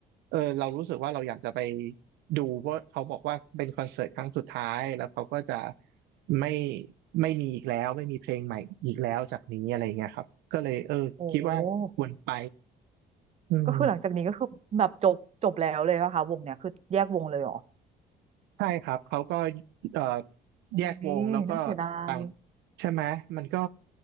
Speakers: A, on the right (about 80°); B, on the right (about 40°).
A: เออเรารู้สึกว่าเราอยากจะไปดูเพราะเขาบอกว่าเป็นคอนเสิร์ตครั้งสุดท้ายแล้วเขาก็จะไม่ไม่มีอีกแล้วไม่มีเพลงใหม่อีกแล้วจากนี้อะไรเงี้ยครับก็เลยเออคิดว่าควรไป
B: โอ้
A: อืม
B: ก็คือหลังจากนี้ก็คือแบบจบจบแล้วเลยป่ะคะวงเนี่ยคือแยกวงเลยเหรอ
A: ใช่ครับเขาก็เอ่อ
B: โอ้ยน่าเสียดาย
A: แยกวงแล้วก็ต่างใช่ไหมมันก็